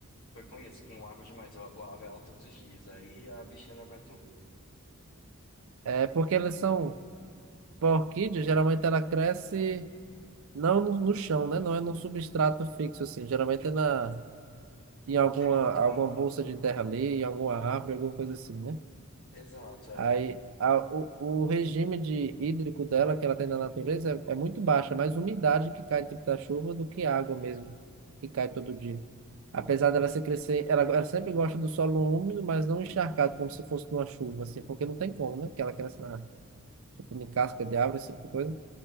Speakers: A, on the left (about 70°); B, on the right (about 65°).
A: foi com isso, com água demais. Eu aguava ela todos os dias, aí a bichinha não aguentou.
B: É porque elas são, tipo, a orquídea geralmente ela cresce não no, no chão, né? Não é num substrato fixo assim, geralmente é na em alguma
A: É, em outra.
B: alguma bolsa de terra ali, em alguma árvore, alguma coisa assim, né?
A: Exato, é.
B: Aí, a, o, o regime de hídrico dela, que ela tem na natureza, é, é muito baixo, é mais umidade que cai tipo da chuva do que água mesmo, que cai todo dia. Apesar dela se crescer, ela, ela sempre gosta do solo úmido, mas não encharcado, como se fosse uma chuva, assim, porque não tem como, né? Que ela cresce na, tipo, em casca de árvore, esse tipo de coisa.